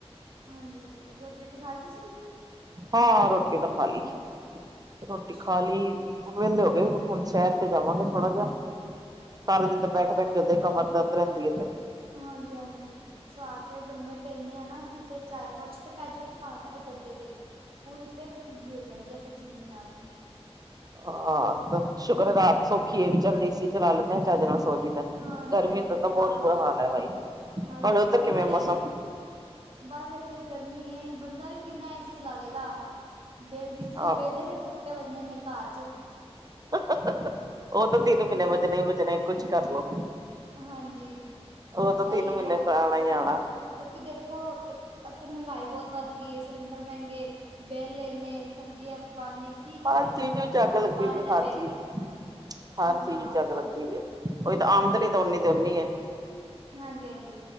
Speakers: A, on the right; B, on the right.
A: ਹਾਂਜੀ-ਹਾਂਜੀ ਰੋਟੀ-ਰੁਟੀ ਖਾ ਲੀ ਤੁਸੀਂ?
B: ਹਾਂ ਰੋਟੀ ਤਾਂ ਖਾ ਲਈ ਰੋਟੀ
A: ਅੱਛਾ
B: ਖਾ ਲਈ ਵੇਲੇ ਹੋ ਗਏ ਹੁਣ ਸੈਰ ਜਾਵਾਂਗੇ ਥੋੜਾ ਜਿਹਾ ਸਾਰਾ ਦਿਨ ਤਾਂ ਬੈਠ-ਬੈਠ ਕੇ ਉਦਾ ਹੀ ਦਰਦ ਰਹਿੰਦੀ ਹੈ ਤੇ
A: ਹਾਂਜੀ-ਹਾਂਜੀ। ਸਾਰ ਤੇ ਲੰਮੇ ਪੈਂਨੇ ਹ ਅਸੀ ਤੇ ਚਾਹਏ ਫਰਸ਼ ਤੇ ਪੈ ਜਾਓ ਤੇ ਪਾਵੇ ਪੈ ਜੋ ਗੱਦੇ ਤੇ ਪੂਰੀ ਪਿੱਠ ਗਿੱਲੀ ਹੋ ਜਾਂਦੀ ਏ ਪਸੀਨੇ ਨਾਲ
B: ਆਹ ਸ਼ੁਕਰ ਰਾਤ ਸੌਖੀ ਏ ਵੀ ਚੱਲ ਏ ਸੀ ਚਲਾ ਲੈਂਨੇ ਹਾਂ ਚੱਜ ਨਾਲ ਸੌ ਜੀ ਦਾ
A: ਹਾਂਜੀ
B: ਗਰਮੀ
A: ਹਾਂਜੀ
B: ਦਾ ਤਾਂ
A: ਰਾਤ
B: ਬਹੁਤ ਬੁਰਾ ਹਾਲ ਹੈ ਬਈ। ਤੁਹਾਡੇ
A: ਹਾਂਜੀ
B: ਉੱਧਰ
A: ਬੰਦਾ
B: ਕਿਵੇਂ ਮੌਸਮ?
A: ਇਸ ਬਸ ਇੱਥੇ ਵੀ ਗਰਮੀ ਏ ਬੰਦਾ ਵੀ ਕਿੰਨਾ ਏ ਸੀ ਚੱਲਾ ਲੇਗਾ। ਬਿੱਲ ਬਿਜਲੀ
B: ਹਾਂ
A: ਬਿੱਲ ਦੇ ਫਿਰ ਥੱਪੇ ਵੱਜਣੇ ਨੇ ਘਰ ਚ
B: ਉਹ ਤਾਂ ਤੀਨ ਮਹੀਨੇ
A: ਬਿਜ
B: ਵੱਜਣੇ ਹੀ ਵੱਜਣੇ ਕੁਛ ਕਰਲੋ
A: ਹਾਂਜੀ
B: ਉਹ
A: ਬਸ
B: ਤਾਂ
A: ਇਹੀ
B: ਤਿੰਨ ਮਹੀਨੇ
A: ਏ ਨਾ
B: ਤਾਂ ਆਣਾ ਹੀ ਆਣਾ।
A: ਹਾਂ ਕਿਉਂਕਿ ਦੇਖੋ ਇੱਕ ਅੱਗੇ ਮਹਿੰਗਾਈ ਬਹੁਤ ਵੱਧ ਗਈ ਏ ਸਿਲੰਡਰ ਮਹਿੰਗੇ। ਬਿੱਲ ਏਣੇ ਸਬਜ਼ੀਆਂ ਪਾਣੀ ਕੀ
B: ਹਰ
A: ਕਰੇ ਬੰਦਾ
B: ਚੀਜ਼
A: ਪਰੇਸ਼ਾਨ
B: ਵਿੱਚ ਅੱਗ ਲੱਗੀ
A: ਪਾਣੀ
B: ਹੋਈ
A: ਦਾ
B: ਹਰ
A: ਬਿੱਲ
B: ਚੀਜ਼ ਹਰ
A: ਹਾਂ
B: ਚੀਜ਼ ਵਿਚ ਅੱਗ ਲੱਗੀ ਹੋਈ ਐ। ਉਹੀ ਤਾਂ ਆਮਦਨੀ ਤੇ ਓਨੀ ਦਿ ਓਨੀ ਏ।
A: ਹਾਂਜੀ ਹਾਂਜੀ